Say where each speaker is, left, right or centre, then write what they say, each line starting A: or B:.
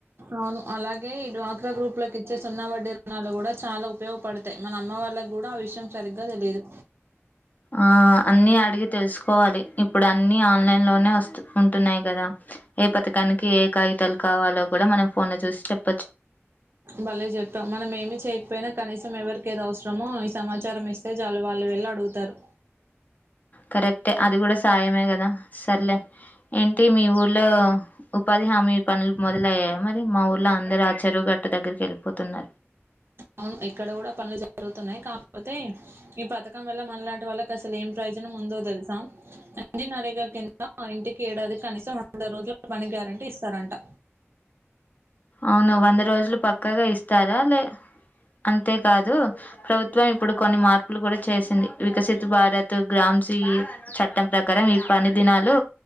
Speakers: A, on the right; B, on the left.
A: అవును అలాగే ఈ డ్వాక్రా గ్రూప్లకి ఇచ్చే సున్నా వడ్డీ రుణాలు కూడా చాలా ఉపయోగపడతాయి. మన అమ్మ వాళ్ళకి కూడా ఆ విషయం సరిగ్గా తెలిదు.
B: ఆ అన్ని అడిగి తెలుసుకోవాలి. ఇప్పుడు అన్ని ఆన్లైన్ లోనే వస్తు ఉంటున్నాయి. కదా ఏ పథకానికి ఏ కాగితలు కావాలో కూడా మనం ఫోన్ లో చూసి చెప్
A: భలే చెప్పాం మనం ఏమి చేయకపోయినా కనీసం ఎవరి కేరోజ్ మో ఈ సమాచారం ఇస్ తే జాలు వాళ్ళు వెళ్ళి అడుగుతారు
B: కరెక్టే అది కూడా సాయమే కదా సర్లే ఏంటి మీ ఊర్లో ఉపాధి హామీ పనులు మొ లయ్యాయి మరి మా ఊళ్ళో అందరు ఆ చెరువు గటు దగ్గరికి వెళ్ళిపోతున్నారు
A: అవును ఇక్కడ కూడా పనులు జరుగుతున్నాయి కాకపోతే ఈ పథకం వల్ల మనలాంటి వాళ్ళకి అసలు ఏం ప్రయోజనం ఉందో తెలుసా రండి నా దగరికి ఇంటికి ఏడాది కనీసం రెడు రోజులు పని గ్యారెంటీ ఇస్తారంట
B: అవును వంద రోజులు పక్కాగా ఇస్తారా లే అంతేకాదు ప్రభుత్వం ఇప్పుడు కొన్ని మార్పులు కూడా చేసింది వికసిత భారత్ గ్రామ్స్ ఈ చట్టం ప్రకారం ఈ పని దినాలు